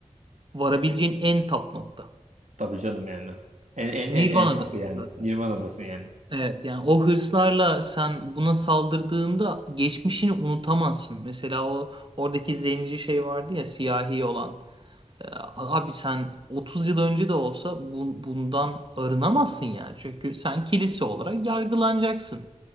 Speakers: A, on the right; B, on the right.
A: varabileceğin en tap nokta.
B: Tabii canım yani. En
A: Yani
B: en en
A: Nirvana'dasın
B: en tapı yani.
A: zaten.
B: Nirvana'dasın yani.
A: Evet yani o hırslarla sen buna saldırdığında geçmişini unutamazsın. Mesela o oradaki zenci şey vardı ya siyahi olan. E, Abi sen 30 yıl önce de olsa bu- bundan arınamazsın yani. Çünkü sen kilise olarak yargılanacaksın